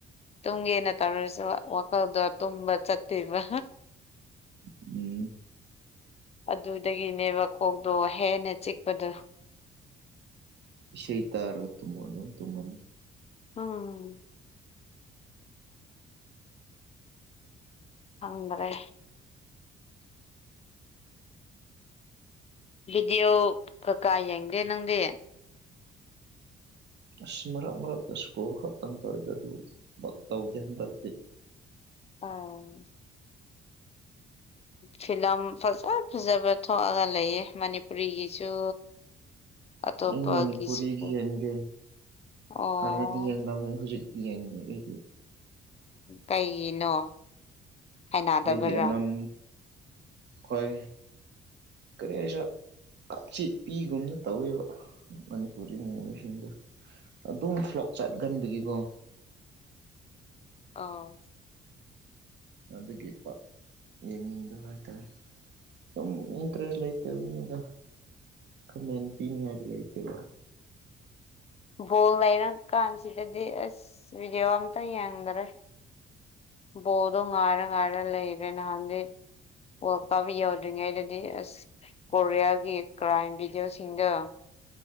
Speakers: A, on the left (about 30°); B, on the right (about 60°).
A: ꯇꯨꯝꯒꯦꯅ ꯇꯧꯔꯁꯨ ꯋꯥꯈꯜꯗꯣ ꯇꯨꯝꯕ ꯆꯠꯇꯦꯕ
B: ꯎꯝ
A: ꯑꯗꯨꯗꯒꯤꯅꯦꯕ ꯀꯣꯛꯇꯣ ꯍꯦꯟꯅ ꯆꯤꯛꯄꯗꯣ
B: ꯏꯁꯩ ꯇꯥꯔꯒ ꯇꯨꯝꯃꯣ ꯑꯗꯨꯝ ꯇꯨꯝꯃꯝꯅꯤ
A: ꯑꯥ ꯈꯪꯗꯔꯦ ꯚꯤꯗꯤꯑꯣ ꯀꯥꯢ ꯌꯦꯡꯒꯦ ꯅꯪꯗꯤ
B: ꯑꯁ ꯃꯔꯛ ꯃꯔꯛꯇ ꯁ꯭ꯀꯣꯜ ꯈꯛꯇꯪ ꯇꯧꯏꯗꯥ ꯑꯗꯨ ꯇꯧꯗꯦ ꯍꯟꯗꯛꯇꯤ
A: ꯑꯧ ꯐꯤꯂꯝ ꯐꯖ ꯐꯖꯕ ꯊꯣꯛꯑꯒ ꯂꯩꯌꯦ ꯃꯅꯤꯄꯨꯔꯤꯒꯤꯁꯨ ꯑꯇꯣꯞꯄꯒꯤꯁꯨ
B: ꯑꯩ ꯃꯅꯤꯄꯨꯔꯤꯒꯤ ꯌꯦꯡꯗꯦ
A: ꯑꯣ
B: ꯍꯥꯟꯅꯗꯤ ꯌꯦꯡꯂꯝꯃꯦ ꯍꯧꯖꯤꯛꯇꯤ ꯌꯦꯡꯗꯦ ꯑꯩꯗꯤ
A: ꯀꯩꯒꯤꯅꯣ ꯍꯩꯅꯗꯕꯔꯥ
B: ꯑꯩꯗꯤ ꯑꯝ ꯈꯣꯏ ꯀꯔꯤ ꯍꯥꯢꯁꯤꯔꯥ ꯀꯞꯆꯦꯠꯄꯤꯒꯨꯝꯅ ꯇꯧꯋꯦꯕꯥ ꯃꯅꯤꯄꯨꯔꯤ ꯃꯣꯏꯁꯤꯡꯗꯣ ꯑꯗꯨꯝ ꯐ꯭ꯂꯣꯛ ꯆꯠꯒꯟꯕꯒꯤꯀꯣ
A: ꯑꯥ
B: ꯑꯗꯨꯒꯤ ꯄꯤꯛ ꯌꯦꯡꯅꯤꯡꯗꯕ ꯍꯥꯏꯇꯥꯔꯦ ꯁꯨꯝ
A: ꯎꯝ
B: ꯏꯟꯇꯔꯦꯖ ꯂꯩꯥꯏ ꯑꯗꯨꯅꯤꯗ ꯀꯥꯃꯦꯟ ꯄꯤꯅꯤꯡꯉꯥꯏꯗꯤ ꯂꯩꯇꯦꯕ
A: ꯕꯣꯜ ꯂꯩꯔꯀꯥꯟꯁꯤꯗꯗꯤ ꯑꯁ ꯚꯤꯗꯤꯑꯣ ꯑꯝꯇ ꯌꯦꯡꯗꯔꯦ ꯕꯣꯜꯗꯣ ꯉꯥꯏꯔ ꯉꯥꯏꯔ ꯂꯩꯔꯦ ꯅꯍꯥꯟꯗꯤ ꯋꯥꯜꯀꯞ ꯌꯧꯗ꯭ꯔꯤꯉꯩꯗꯗꯤ ꯑꯁ ꯀꯣꯔꯤꯌꯥꯒꯤ ꯀ꯭ꯔꯥꯏꯝ ꯚꯤꯗꯤꯑꯣꯁꯤꯡꯗꯣ